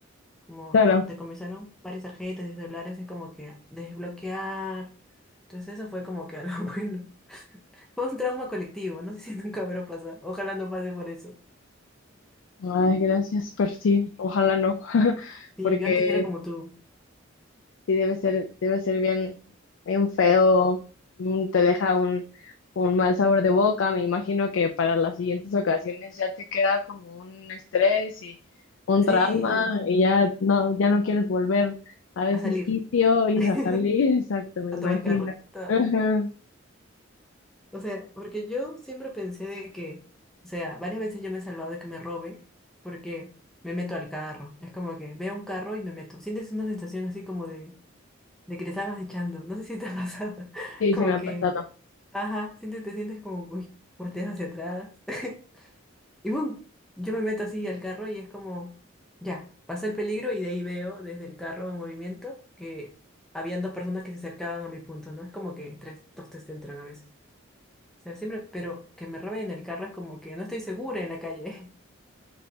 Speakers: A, in the centre; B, on the left (about 75°).
A: Como
B: claro.
A: decomisaron varias tarjetas y celulares, es como que desbloquear. Entonces eso fue como que algo <laughs> bueno. Fue un trauma colectivo, no sé si <laughs> nunca habrá pasado. Ojalá no pase por eso.
B: Ay, gracias, pero sí, ojalá no, <laughs>
A: Sí,
B: porque
A: yo antes era como tú.
B: sí debe ser, debe ser bien, bien feo, mm, te deja un, un mal sabor de boca. Me imagino que para las siguientes ocasiones ya te queda como un estrés y un
A: Sí,
B: trauma y ya no, ya no quieres volver a ese
A: a salir,
B: sitio y
A: <laughs>
B: a salir. <laughs> Exacto, me
A: a
B: imagino.
A: tomar carro, todo.
B: Ajá.
A: O sea, porque yo siempre pensé de que, o sea, varias veces yo me he salvado de que me roben porque me meto al carro. Es como que veo un carro y me meto. Sientes una sensación así como de, de que te estabas echando. No sé si te ha pasado. <laughs>
B: Sí,
A: Como
B: se me ha
A: que,
B: pasado.
A: ajá, sientes, te sientes como, uy, volteas hacia atrás. <laughs> Y boom, yo me meto así al carro y es como, ya, pasé el peligro y de ahí veo desde el carro en movimiento que habían dos personas que se acercaban a mi punto, ¿no? Es como que tres, dos te entran a veces. O sea, siempre, pero que me roben el carro es como que no estoy segura en la calle. <laughs>